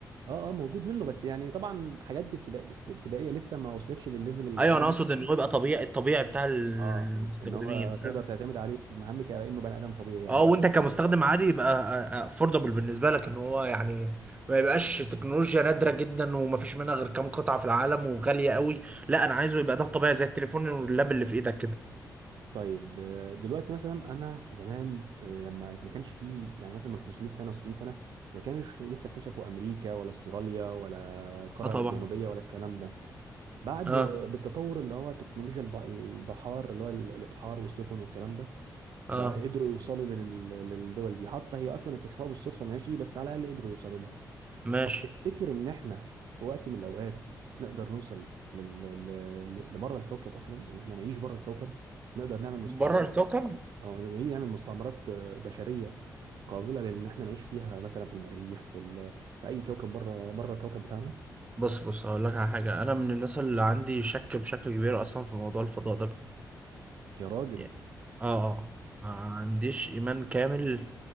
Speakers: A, on the right; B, on the right.
A: اه اه موجود منه بس يعني طبعا حاجات دي ابتدا- بت- ابتدائيه لسه ما وصلتش للليفل العالي
B: ايوه انا اقصد ان هو يبقى طبيعي الطبيعي بتاع المستخدمين
A: اه مم. ان هو
B: فاهم
A: تقدر تعتمد عليه في مهامك كانه بني ادم طبيعي يعني
B: اه
A: قصدي
B: وانت كمستخدم عادي يبقى افوردبل بالنسبه لك ان هو يعني ما يبقاش تكنولوجيا نادره جدا ومفيش منها غير كام قطعه في العالم وغاليه قوي لا انا عايزه يبقى ده الطبيعي زي التليفون واللاب اللي في ايدك كده
A: طيب آه، دلوقتي مثلا انا زمان آه، لما ما كانش فيه يعني مثلا من 500 سنه و 600 سنه ما كانش لسه اكتشفوا امريكا ولا استراليا ولا القاره
B: اه طبعا
A: الجنوبيه ولا الكلام ده بعد
B: اه
A: آه، بالتطور اللي هو تكنولوجيا الب- البحار اللي هو ال- الابحار والسفن والكلام ده
B: اه
A: بقى قدروا يوصلوا لل- للدول دي حتى هي اصلا اكتشفوها بالصدفه ماشي بس على الاقل قدروا يوصلوا لها
B: ماشي
A: طب تفتكر ان احنا في وقت من الاوقات نقدر نوصل لل... ل... لبره الكوكب اصلا ان احنا نعيش بره الكوكب نقدر نعمل مستعمرات
B: بره الكوكب
A: او نعمل مستعمرات آه، بشريه قابله لان احنا نعيش فيها مثلا في المريخ في ال... في اي كوكب بره بره الكوكب بتاعنا
B: بص بص هقول لك على حاجة أنا من الناس اللي عندي شك بشكل كبير أصلا في موضوع الفضاء ده
A: يا راجل
B: يعني آه آه ما عنديش إيمان كامل